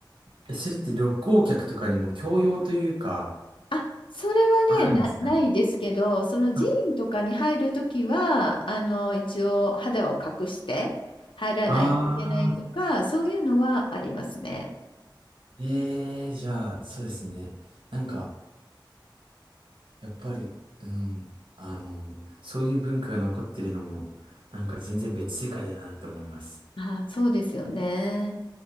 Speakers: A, on the right (about 80°); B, on the left (about 80°).
A: え、それって旅行客とかにも教養というか、
B: あ、それはね、
A: あるんですか
B: な、ないですけど、その寺院とかに入るときは、
A: あ
B: あの、一応肌を隠して入らないといけないとか、
A: あ
B: そういうのはありますね。
A: ー、ええー、じゃあ、そうですね。なんか、やっぱり、うん、あの、そういう文化が残ってるのも、なんか全然別世界だなって思います。
B: あ、そうですよね。